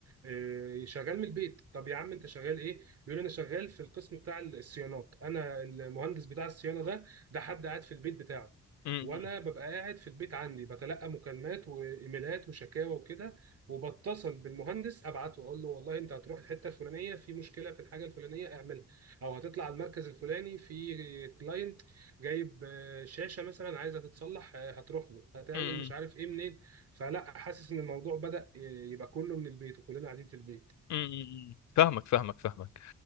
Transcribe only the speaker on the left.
مم.
مم.
امم فاهمك فاهمك فاهمك